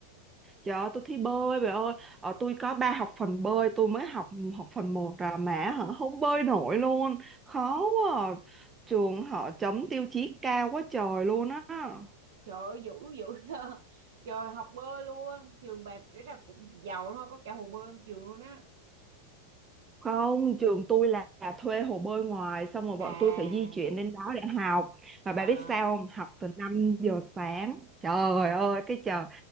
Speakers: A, on the right; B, on the right.
A: Trời ơi, tôi thi bơi bà ơi. Ờ, tôi có ba học phần bơi, tôi mới học học phần một à mà hả không bơi nổi luôn. Khó quá. à. Trường họ chấm tiêu chí cao quá trời luôn á.
B: trời ơi dữ dữ <laughs> trời học bơi luôn trường bà rất là cũng giàu thôi có cả hồ bơi trong trường luôn á
A: Không, trường tôi là là thuê hồ bơi ngoài xong rồi bọn
B: à
A: tôi phải di chuyển đến đó để học. Mà
B: à
A: bà biết sao không? Học từ 5 giờ sáng. Trời ơi, cái trời